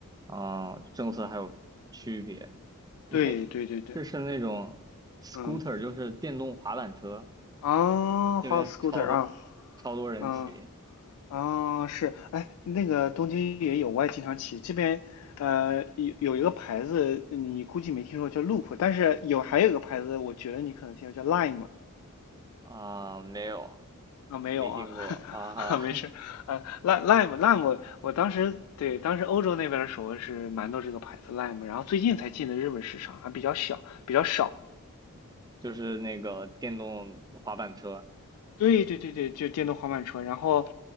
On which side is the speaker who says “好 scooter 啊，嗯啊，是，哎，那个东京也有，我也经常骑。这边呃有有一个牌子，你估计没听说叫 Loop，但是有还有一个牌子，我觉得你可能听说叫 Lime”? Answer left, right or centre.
Left